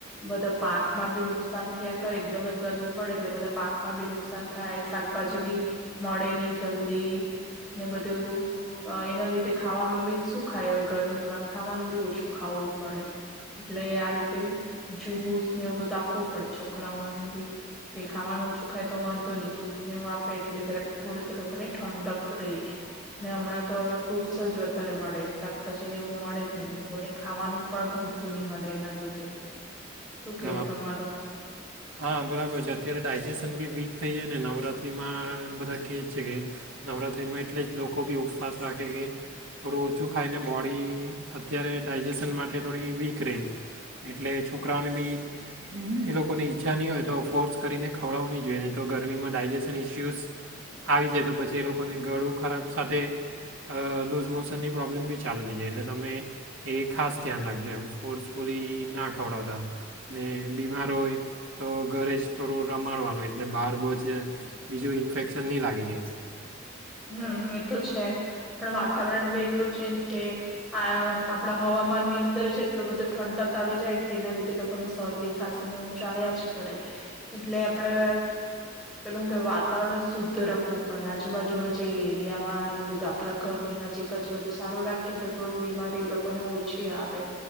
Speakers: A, in the centre; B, on the right (about 85°).
A: બધ. પાકમાં બી નુકસાન થયા કરે એકદમ જ ગરમી પડે એટલે બધા પાકમાં બી નુકસાન થાય શાકભાજી બી. મળે ની જલ્દી ને બધું એના લીધે ખાવામાં બી શું ખાય હોય ગરમીમાં ખાવાનું બી ઓછું ખાવું પડે એટલે આ રીતે જ્યુસ ને એવું બધું આપવું પડે છોકરાઓને બી કે ખાવાનું ઓછું ખાય તો વાંધો નહી જ્યુસ ને એવું આપે એટલે જરા થોડુંક લોકોને ઠંડક રહી ને હમણાં તો હવે ફ્રૂટ્સ જ વધારે મળે શાકભાજી ને એવું મળે જ નઈ. નઈ નઈ કોઈને ખાવાનું. પણ ગમતું નહિ મને એના લીધે શું
B: કરે
A: કેવું તમારું.
B: હા બરાબર છે અત્યારે ડાયજેશન બી વીક થઈ જાય ને નવરાત્રિમાં બધા કે છે કે નવરાત્રિમાં એટલે જ લોકો બી ઉપવાસ રાખે છે કે. થોડું ઓછું ખાઈને બોડી અત્યારે ડાયજેશન માટે અને થોડી વીક ર એટલે છોકરાઓને બી એ લોકોની ઈચ્છા નહીં હોય તો ફોર્સ કરીને ખવડાવું નહીં જોઈએ નહીં તો ગરમીમાં ડાયજેશન ઇસ્યુસ આવી જાય તો પછી એ લોકોને ગળું ખરાબ સાથે લુઝ મોશન ની પ્રોબ્લેમ બી ચાલુ થઈ જાય એટલે તમે. એ ખાાસ. જો એમ ફોર્સફુલી ના ખવડાવતા ને બીમાર હોય તો ઘરે જ થોડું રમાડવાનું એટલે બહાર બહું જ બીજું ઇન્ફેક્શન નહીં લાગી જાય
A: હમ એમ. તો છે પણવાત.. વાતાવરણ બી એટલું ચેન્જ કે આ આપણા હવામાન ની અંદર જ એટલું બધો ઠંડક આવી જાય કે એના લીધે લોકોની શરદી ખાસીને એવું ચાલ્યા જ કરે એટલે આપડે પેલું શુ કે વાતાવરણ શુદ્ધ રખવું પણ આજુબાજુમાં જે એરિયામાં ને બધું આપણા ઘરની નજીક જ બધું સારું રાખીએ તો થોડું બીમારી એ લોકોને ઓછી આવે